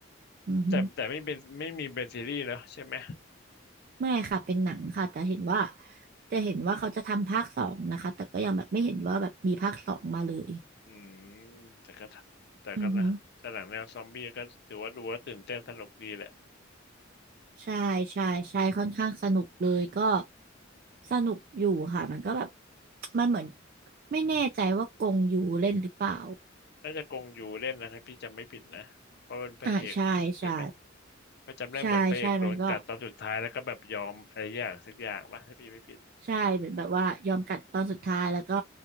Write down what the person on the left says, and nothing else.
แต่แต่ไม่เป็นไม่มีเป็นซีรีส์แล้วใช่ไหม
อืมแต่ก็แต่ก็นะแต่หลังแนวซอมบี้ก็ถือว่าดูแล้วตื่นเต้นสนุกดีแหละ
น่าจะกงอยู่เล่นนะถ้าพี่จำไม่ผิดนะเพราะเป็นพระเอกใช่ไหม
ก็จำได้เหมือนพระเอกโดนกัดตอนสุดท้ายแล้วก็แบบยอมอะไรอย่างสักอย่างปะถ้าพี่ไม่ผิด